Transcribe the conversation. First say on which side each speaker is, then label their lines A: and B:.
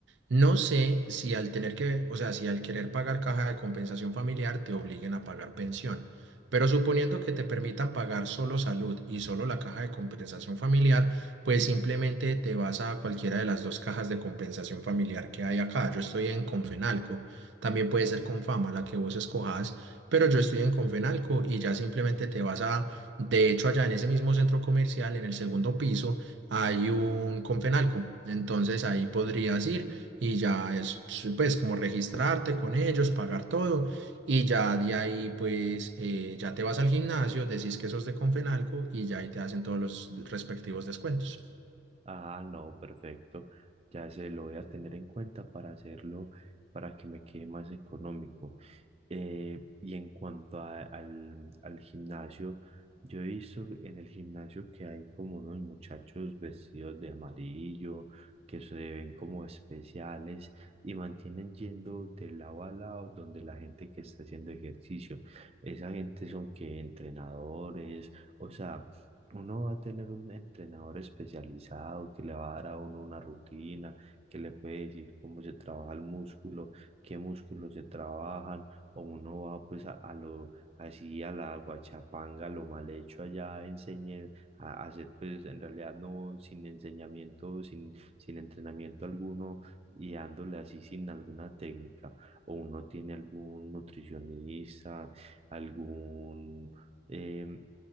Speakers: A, on the right; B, on the right.
A: No sé si al tener que, o sea, si al querer pagar caja de compensación familiar te obliguen a pagar pensión, pero suponiendo que te permitan pagar solo salud y solo la caja de compensación familiar, pues simplemente te vas a cualquiera de las dos cajas de compensación familiar que hay acá. Yo estoy en Confenalco, también puede ser Confama, la que vos escojas, pero yo estoy en Confenalco y ya simplemente te vas a, de hecho, allá en ese mismo centro comercial, en el segundo piso, hay un Confenalco, entonces ahí podrías ir y ya es pues como registrarte con ellos, pagar todo y ya de ahí pues eh, ya te vas al gimnasio, decís que sos de Confenalco y ya ahí te hacen todos los respectivos descuentos.
B: Ah, no, perfecto. Ya se lo voy a tener en cuenta para hacerlo, para que me quede más económico. Eh, y en cuanto a- al, al gimnasio, yo he visto en el gimnasio que hay como unos muchachos vestidos de amarillo, que se ven como especiales y mantienen yendo de lado a lado donde la gente que está haciendo ejercicio. Esa gente son que entrenadores, o sea, uno va a tener un entrenador especializado que le va a dar a uno una rutina, que le puede decir cómo se trabaja el músculo, qué músculos se trabajan o uno va pues a, a lo así a la guachapanga, a lo mal hecho allá, enseñe a, a hacer pues en realidad no sin enseñamiento, sin, sin entrenamiento alguno y dándole así sin alguna técnica, o uno tiene algún nutricionista, algún... em,